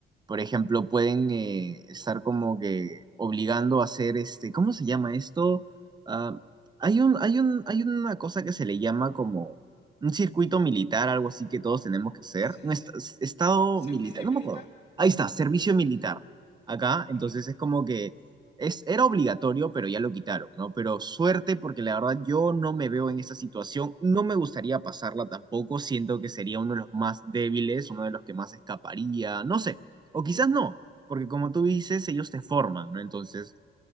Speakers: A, on the right; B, on the left.
A: por ejemplo, pueden eh, estar como que obligando a hacer este, ¿cómo se llama esto? Ah, hay un, hay un, hay una cosa que se le llama como un circuito militar, algo así que todos tenemos que hacer,
B: Sí.
A: un est- estado
B: ¿Servicio
A: militar, no
B: militar?
A: me acuerdo. Ahí está, servicio militar. Acá,
B: Uh
A: entonces
B: -huh.
A: es como que es, era obligatorio, pero ya lo quitaron, ¿no? Pero suerte, porque la verdad yo no me veo en esa situación, no me gustaría pasarla tampoco, siento que sería uno de los más débiles, uno de los que más escaparía, no sé, o quizás no, porque como tú dices, ellos te forman, ¿no? Entonces,